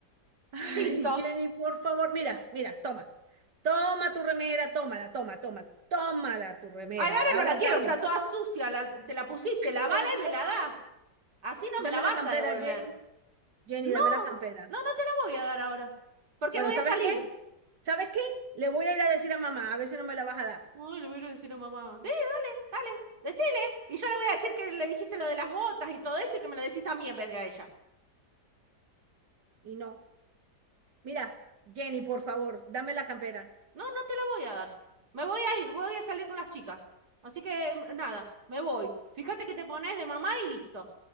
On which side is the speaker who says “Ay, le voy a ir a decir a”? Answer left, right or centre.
Right